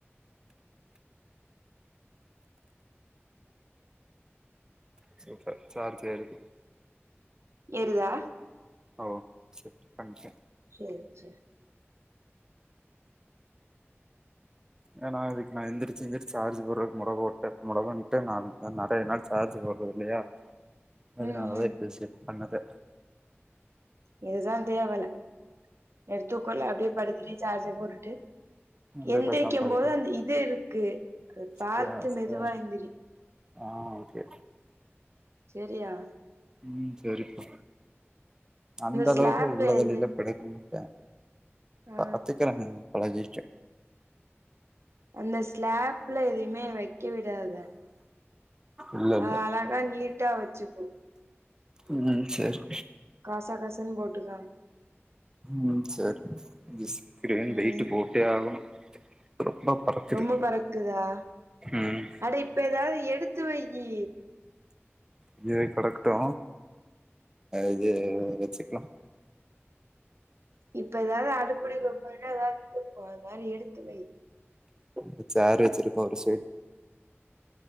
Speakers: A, on the right (about 15°); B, on the right (about 70°).
A: சூப்பர் சார்ஜ் ஏறுது
B: ஏறுதா
A: ஓ செட் பண்டே
B: <unintelligible>
A: ஏன்னா இதுக்கு நா எந்ரிச்சி எந்ரிச்சு சார்ஜ் போடுறதுக்கு <unintelligible> <unintelligible> நா நெறைய நாள் சார்ஜ் போட்றது இல்லயா அதனாலதா
B: ம் ம்
A: இப்ப செட் பண்ணது
B: இதுதா தேவல எடுத்துக்குள்ள அப்டியே படுத்துட்டே சார்ஜர் போட்டுட்டு
A: முருங்கக்கா
B: எந்திரிக்கும்
A: சாப்பாடு
B: போது அந்த இது இருக்கு அத பாத்து
A: புடிச்சா சார்
B: மெதுவா எந்திரி
A: ஆ ஓகே
B: செரியா
A: உம் செரிப்பா அந்த
B: ஸ்லாப்ல
A: அளவுக்கு உள்ளதல்லிலா
B: எது
A: படுக்கமாட்ட
B: ஆ
A: பாத்துகிற பழகிச்சி
B: அந்த ஸ்லாப்ல எதயுமே வெக்க விடாதா
A: இல்ல இல்ல
B: அ அழகா நீட்டா வெச்சுக்கோ
A: உம் செரி
B: கசகசன் போட்டுகாம்
A: உம் செரி விஸ்கிரன்
B: ம்
A: வெயிட்டு போட்டே ஆகணு ரொம்ப பறக்குது
B: ரொம்ப பறக்குதா
A: ம்
B: அட இப்ப எதாவது எடுத்து வெயி
A: இதுவே கெடக்கட்டு இது வெச்சிக்ளா
B: இப்ப எதாது அடுப்படிக்குள்ள போனனா எதாவது <inaudible> அது மாரி எடுத்து வை
A: இது சேர்ரு வெச்சிருக்கோ ஒரு சீட்